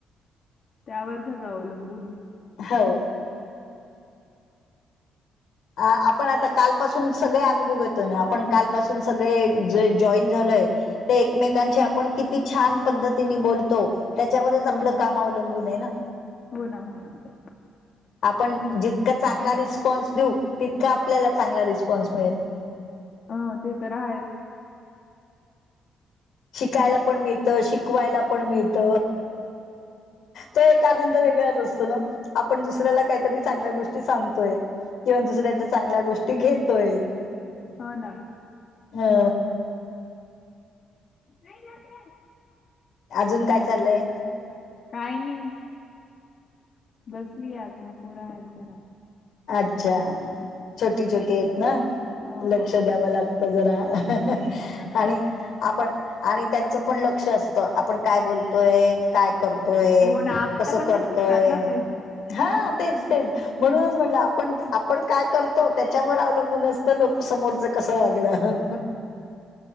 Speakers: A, on the left; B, on the left.
A: त्यावर सगळं अवलंबून आहे
B: हो आपण आता कालपासून सगळे अनुभव येतो ना आपण कालपासून सगळे ज जॉईन झालय ते एकमेकांचे आपण किती छान पद्धतीने बोलतो त्याच्यावरच
A: हो
B: आपलं
A: ना
B: काम अवलंबून आहे ना
A: हो ना हो
B: आपण जितका चांगला रिस्पॉन्स देऊ तितका आपल्याला चांगला रिस्पॉन्स मिळेल
A: अ ते तर आहेच
B: शिकायला पण मिळत शिकवायला पण मिळत तो एक आनंद वेगळाच असतो ना आपण दुसऱ्याला काहीतरी चांगल्या गोष्टी सांगतोय किंवा दुसऱ्याच्या चांगल्या गोष्टी घेतोय
A: हो ना
B: हा
A: <inaudible>
B: अजून काय चाललंय
A: काय नाही बसली आता पोरा ह जरा
B: अच्छा छोटी छोटी
A: ह
B: आहेत ना
A: हो
B: लक्ष
A: हो
B: द्यावं लागतं जरा
A: हो ना
B: आणि आपण आणि त्यांचं पण लक्ष असतं आपण काय बोलतोय काय करतोय
A: हो ना आपल्याकडनं
B: कसं करतोय
A: शिकतात ना ते
B: हा तेच तेच म्हणूनच म्हंलं आपण आपण काय करतो त्याच्यावर अवलंबूनच तर लोक समोर कसं वागणं